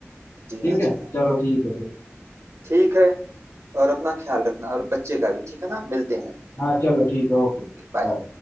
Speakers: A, on the right (about 70°); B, on the left (about 75°).
A: जी
B: ठीक
A: हाँ, जी
B: है
A: हाँ।
B: चलो ठीक है फिर
A: ठीक है और अपना ख़्याल रखना और बच्चे का भी, ठीक है ना? मिलते हैं।
B: हाँ चलो ठीक है ओके
A: बाय।
B: बाय